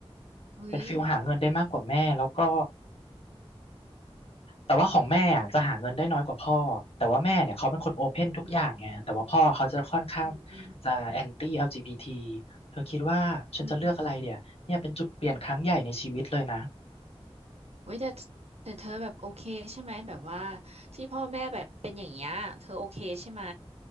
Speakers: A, on the right; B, on the left.
A: เอ้ย
B: เป็นฟิลหาเงินได้มากกว่าแม่แล้วก็ แต่ว่าของแม่อะจะหาเงินได้น้อยกว่าพ่อแต่ว่าแม่เนี่ยเขาเป็นคนโอเพนทุกอย่างไงแต่ว่าพ่อเขาจะค่อนข้าง
A: อืมอืมอืมอืม
B: จะแอนตี้ l ีบีทีเธอคิดว่าฉันจะเลือกอะไรเดี๋ยเนี่ยเป็นจุดเปลี่ยนครั้งใหญ่ในชีวิตเลยนะ
A: อืมอืมเว้ยแต่แต่เธอแบบโอเคใช่ไหมแบบว่าที่พ่อแม่แบบเป็นอย่างเงี้ยเธอโอเคใช่ไหม